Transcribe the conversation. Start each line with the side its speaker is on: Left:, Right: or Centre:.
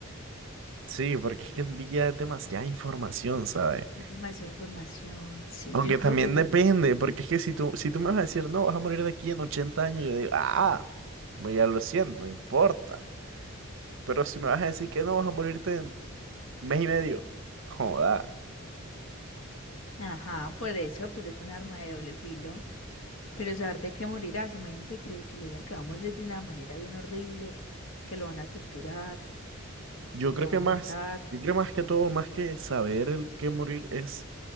Right: Sí, porque es que el día es demasiada información, ¿sabes?
Left: Es demasiada información. Sí,
Right: Aunque
Left: yo creo
Right: también
Left: que ya.
Right: depende, porque es que si tú, si tú me vas a decir, no, vas a morir de aquí en 80 años, yo digo, ah, ya lo siento, no importa. Pero si me vas a decir que no, vas a morirte Mes y medio. Joda.
Left: Ajá, por eso, pero es un arma de doble filo. Pero saber de qué morirás, imagínense que, que le diga que va a morir de una manera bien horrible, que lo van a torturar,
Right: Yo
Left: que
Right: creo
Left: lo van
Right: que
Left: a
Right: más,
Left: matar.
Right: yo creo más que todo, más que saber el que morir es